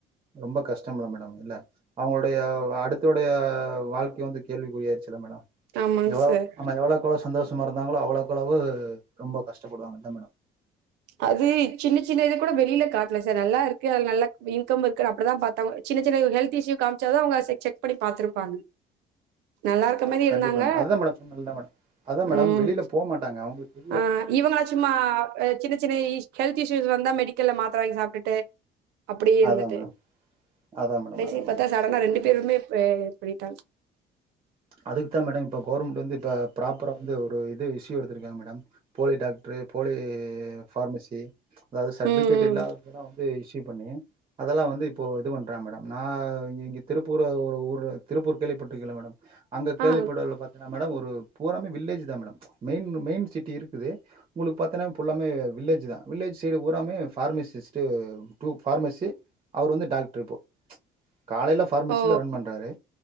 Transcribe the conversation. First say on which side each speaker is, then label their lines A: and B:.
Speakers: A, on the right; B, on the right.
A: ரொம்ப கஷ்டம் இல்ல மேடம் இல்ல அவுங்களுடைய அடுத்துடைய வாழ்க்கை வந்து கேள்விக்குறியாடுச்சுல மேடம்
B: ஆமாங்க
A: எவ்ள
B: சார்
A: நம்ம எவ்ளக்கெவளவு சந்தோஷமா இருந்தாங்களோ அவ்ளக்குளவு ரொம்ப கஷ்டப்படுவாங்க இல்ல மேடம்
B: அது சின்ன சின்ன இது கூட வெளில காட்ல சார் நல்லா இருக்கு நல்லா இன்கம் இருக்குன்னு அப்டிதா பா த்தோ சின்ன சின்ன ஹெல்த் இஸூ காமிச்ச அவுங்க செக் பண்ணி பாத்திருப்பாங்க நல்லா இருக்க மாரி
A: கண்டிப்பா
B: இருந்தாங்க
A: அதுதா மேடம் சொன்னா மேடம் அதா மேடம்
B: ம்
A: வெளில போ மாட்டாங்க அவுங்களுக்கு
B: ஆ இவங்களா சும்மா சின்ன சின்ன இ ஹெல்த் இஸ்யூஸ் வந்தா மெடிக்கல்ல மாத்ர வாங்கி சாப்ட்டுட்டு அப்டியே இருந்துட்டு
A: அதா மேடம் அதா மேடம்
B: கடைசி
A: அதா மேடம்
B: பாத்தா சடனா ரெண்டு பேருமே பண்ணிட்டாங்க
A: அதுக்குதா மேடம் இப்ப கவுர்மெண்ட் வந்து இப்ப ப்ராப் பரா வந்து ஒரு இது இஸ்யூ எடுத்துருக்காங்க மேடம் போலி டாக்டரு போலி ஃபார்மசி அதாது சர்ட்டிவிகேட்
B: ம்
A: இல்லாததெல்லா வந்து இஸ்யூ பண்ணி அதெல்லா வந்து இப்போ இது பண்றாக மேடம் நா இங்க திருப்பூரு ஊர் திருப்பூர் கேள்விப்பட்டுருக்கிங்ளா மேடம் அங்க கேள்விப்படல
B: ஆ
A: பத் மேடம் ஒரு பூராமே வில்லேஜ்தா மேடம் மெயின் மெயின் சிட்டி இருக்குது உங்களுக்கு பாத்தீன்னா புல்லாமே வில்லேஜ் தா வில்லேஜ் சைடு ஊராமே பார்மசிஸ்ட்டு டூ ஃபார்மசி அவர் வந்து டாக்டரு இப்போ ச் காலையில ஃபார்மசியில
B: ஓ
A: ரன் பண்றாரு